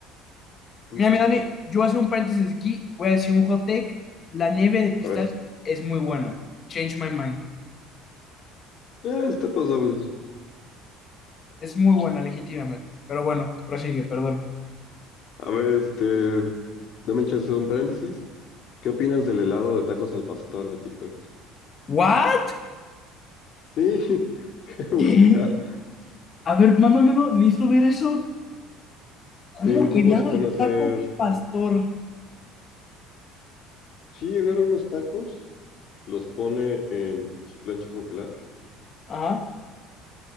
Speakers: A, on the left (about 55°); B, on the left (about 40°).
A: Mm.
B: Mira, mi Dani, yo voy a hacer un paréntesis aquí, voy a decir un hot take. La nieve de pistache
A: A ver,
B: es muy buena. Change my mind.
A: Eh, está pasable.
B: Es muy buena, legítimamente. Pero bueno, prosigue, perdón.
A: A ver, este, dame chance de un paréntesis. ¿Qué opinas del helado de tacos al pastor de TikTok?
B: ¿What?
A: Sí, <laughs> voy a buscar.
B: ¿Qué? A ver, mándamelo, necesito ver eso. ¿Cómo
A: Si un
B: que
A: compa
B: lado
A: se pone
B: de
A: a hacer,
B: taco pastor?
A: sí, agarra unos tacos, los pone en su plancha a congelar.
B: Ajá.